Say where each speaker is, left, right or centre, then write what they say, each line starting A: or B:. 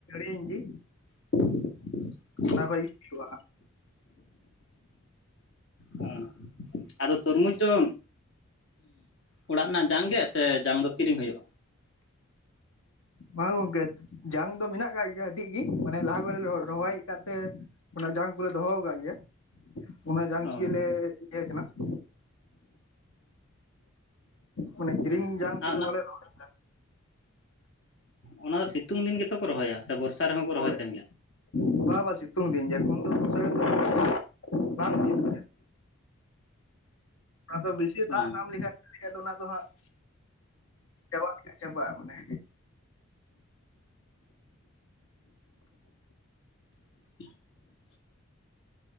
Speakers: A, on the left (about 70°); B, on the left (about 55°).
A: ᱟᱹᱧ ᱜᱮ᱾
B: <inaudible>
A: ᱟᱱᱟᱜ ᱠᱚᱡ ᱜᱮ ᱦᱩᱭᱩᱜ ᱟ᱾
B: ᱦᱮᱸ ᱟᱫᱚ ᱛᱚᱨᱢᱩᱡᱽ ᱫᱚ ᱚᱲᱟᱜ ᱨᱮᱱᱟᱜ ᱡᱟᱝ ᱜᱮ ᱥᱮ ᱡᱟᱝ ᱫᱚ ᱠᱤᱨᱤᱧ ᱦᱩᱭᱩᱜᱼᱟ?
A: ᱵᱟᱝ ᱜᱚᱝᱠᱮ ᱡᱟᱝ ᱫᱚ ᱢᱮᱱᱟᱜ ᱟᱠᱟᱜ ᱜᱮᱭᱟ ᱰᱤᱜ ᱜᱮ ᱢᱟᱱᱮ ᱞᱟᱦᱟ ᱨᱚᱦᱚᱭ ᱟᱠᱟᱫ ᱛᱮ ᱚᱱᱟ ᱡᱟᱝ ᱠᱚᱞᱮ ᱫᱚᱦᱚ ᱟᱠᱟᱫ ᱜᱮᱭᱟ ᱾ ᱚᱱᱟ ᱡᱟᱝ
B: ᱚ
A: ᱪᱤᱠᱟ ᱞᱮ ᱤᱭᱟᱹᱭ ᱛᱟᱦᱮᱱᱟ ᱾ ᱢᱟᱱᱮ ᱠᱤᱨᱤᱧ
B: ᱦᱮᱸ
A: ᱡᱟᱝ ᱛᱮᱫᱚ
B: ᱟᱨ
A: ᱵᱟᱞᱮ ᱨᱚᱦᱚᱭᱟ᱾
B: ᱚ ᱚᱱᱟ ᱥᱤᱛᱩᱝ ᱫᱤᱱ ᱜᱮᱛᱚ ᱠᱚ ᱨᱚᱦᱚᱭᱟ ᱥᱮ ᱵᱚᱨᱥᱟ? ᱨᱮᱦᱚᱸ ᱠᱚ
A: ᱦᱳᱭ
B: ᱨᱚᱦᱚᱭ ᱛᱟᱦᱮᱱ ᱜᱮᱭᱟ
A: ᱵᱟᱝ ᱵᱟᱝ ᱥᱤᱛᱩᱝ ᱫᱤᱱ ᱜᱮ ᱮᱠᱷᱚᱱ ᱫᱚ ᱩᱥᱟᱹᱨᱟ ᱫᱚ <inaudible> ᱵᱟᱝ ᱦᱩᱭᱩᱜᱼᱟ᱾ ᱟᱫᱚ ᱵᱮᱥᱤ ᱫᱟᱜ
B: ᱚ
A: ᱱᱟᱢ ᱞᱮᱠᱷᱟᱡ ᱮᱠᱷᱷᱟ ᱫᱚ ᱚᱱᱟ ᱫᱚ ᱦᱟᱸᱜ ᱪᱟᱵᱟ ᱞᱮ ᱞᱮᱠᱟ ᱪᱟᱵᱟᱜ-ᱟ ᱢᱟᱱᱮ᱾
B: ᱦ <inaudible>